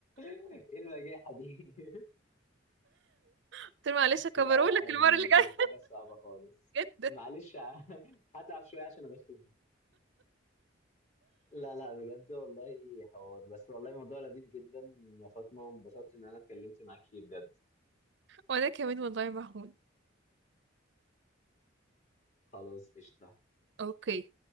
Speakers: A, on the left; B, on the right.
A: ايه البجاحه دي <laughs>
B: قلت له معلش هكبره
A: لا لا
B: لك المرة
A: دي
B: اللي
A: دي
B: جاية
A: حاجه صعبه خالص
B: <laughs> جدا
A: معلش <laughs> هتعب شويه عشان اغششك لا لا بجد والله حوار بس والله موضوع لذيذ جدا يا فاطمه وانبسطت ان انا اتكلمت معاك فيه بجد
B: وانا كمان والله مهون
A: خلاص قشطه
B: اوكي